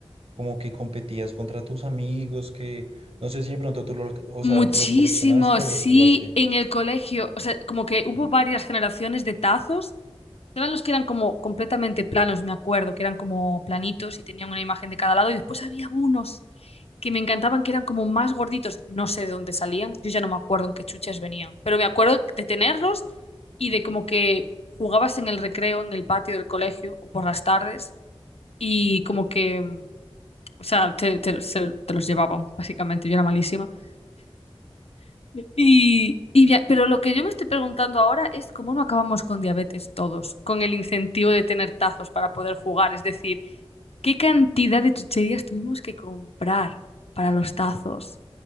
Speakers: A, on the right; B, on the left.
A: como que competías contra tus amigos, que no sé si de pronto tú los, o
B: Muchísimo,
A: sea, los coleccionaste
B: sí,
A: o los jugaste.
B: en el colegio, o sea, como que hubo varias generaciones de tazos. Eran los que eran como completamente planos, me acuerdo, que eran como planitos y tenían una imagen de cada lado. Y después había unos que me encantaban, que eran como más gorditos. No sé de dónde salían, yo ya no me acuerdo en qué chuches venían, pero me acuerdo de tenerlos y de como que jugabas en el recreo, en el patio del colegio o por las tardes y como que, o sea, te, te- se- te los llevaban, básicamente. Yo era malísima. Y, y ya- pero lo que yo me estoy preguntando ahora es cómo no acabamos con diabetes todos, con el incentivo de tener tazos para poder jugar. Es decir, ¿qué cantidad de chucherías tuvimos que comprar para los tazos?